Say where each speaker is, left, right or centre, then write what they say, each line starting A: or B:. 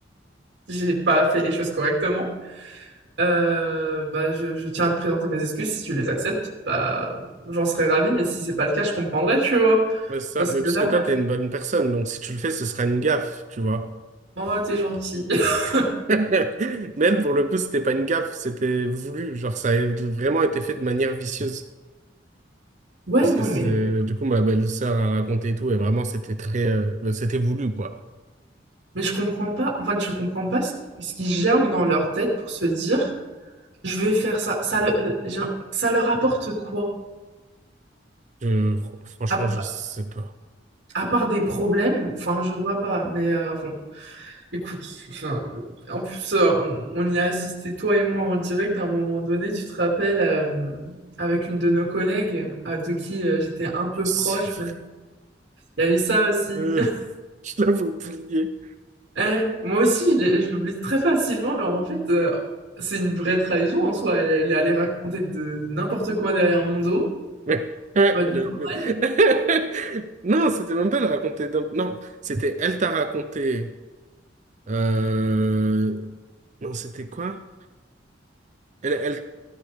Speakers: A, on the right (about 70°); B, on the right (about 40°).
A: j'ai pas fait les choses correctement. Euh, bah, je, je tiens à te présenter mes excuses. Si tu les acceptes, bah, j'en serais ravie, mais si c'est pas le cas, je comprendrais, tu vois.
B: Ouais, c'est ça.
A: Parce
B: Mais
A: que
B: parce
A: là,
B: que toi, t'es une bonne personne, donc si tu le fais, ce sera une gaffe, tu vois.
A: oh, t'es gentil. <laughs>
B: <laughs> Mais elle, pour le coup, c'était pas une gaffe, c'était voulu. Genre, ça a vraiment été fait de manière vicieuse.
A: Ouais,
B: Parce
A: non,
B: que c'est,
A: mais.
B: du coup, ma belle-sœur a raconté et tout, et vraiment, c'était très, euh, bah, c'était voulu, quoi.
A: Mais je comprends pas, en fait, je comprends pas ce, ce qui germe dans leur tête pour se dire, je vais faire ça. Ça, le- euh, j'ai un- ça leur apporte quoi?
B: Je- fr- franchement,
A: À,
B: je sais pas.
A: à part des problèmes, enfin, je vois pas, mais euh, bon, écoute, enfin, euh, en plus, euh, on, on y a assisté, toi et moi, en direct à un moment donné, tu te rappelles, euh, avec une de nos collègues, euh, de qui euh, j'étais un peu
B: C'est-
A: proche, mais il y a eu ça aussi.
B: Euh, <laughs> je l'avais oublié.
A: Eh, moi aussi, je l'ai- je l'oublie très facilement, mais en fait, euh, c'est une vraie trahison en soi. Elle, elle est allée raconter de n'importe quoi derrière mon dos.
B: <laughs> Elle
A: Mode normal.
B: avait- <laughs> Non, c'était même pas elle raconter. d'un- Non, c'était elle t'a raconté. euh, Non, c'était quoi? Elle, elle...